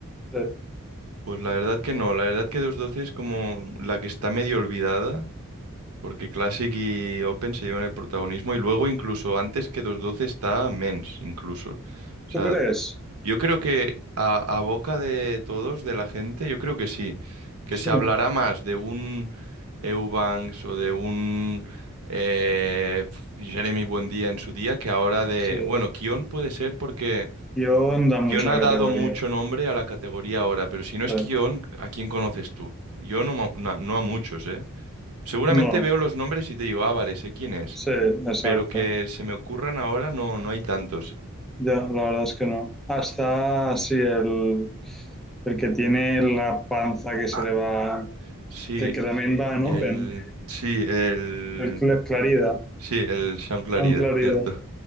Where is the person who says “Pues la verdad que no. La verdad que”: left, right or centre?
Right